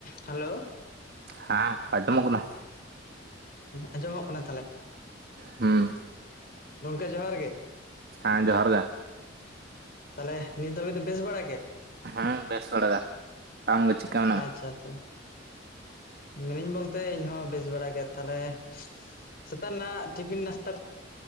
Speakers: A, on the left; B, on the right.
A: Hello
B: ᱦᱮᱸ ᱟᱸᱡᱚᱢᱚᱜ ᱠᱟᱱᱟ
A: ᱟᱸᱡᱚᱢᱚᱜ ᱠᱟᱱᱟ ᱛᱟᱦᱚᱞᱮ?
B: ᱦᱩᱸ
A: ᱜᱚᱝᱠᱮ ᱡᱚᱦᱟᱨ ᱜᱮ ᱾
B: ᱦᱮᱸ ᱡᱚᱦᱟᱨ ᱜᱮ᱾
A: ᱛᱟᱦᱚᱞᱮ ᱱᱤᱛ ᱫᱷᱟᱹᱵᱤ ᱫᱚ ᱵᱮᱥ ᱵᱟᱲᱟ ᱜᱮ?
B: ᱦᱩᱸ ᱵᱮᱥ ᱵᱟᱲᱟ ᱜᱮ᱾ ᱟᱢ ᱜᱮ ᱪᱮᱫ ᱠᱟ
A: ᱟᱪᱪᱷᱟ ᱟᱪᱪᱷᱟ, ᱢᱤᱱᱟᱹᱧ ᱵᱚᱞᱛᱮ ᱤᱧᱦᱚᱸ ᱵᱮᱥ ᱵᱟᱲᱟ ᱜᱮ ᱛᱟᱦᱞᱮ ᱥᱮᱛᱟᱜ ᱱᱟ ᱴᱤᱯᱷᱤᱱ ᱱᱟᱥ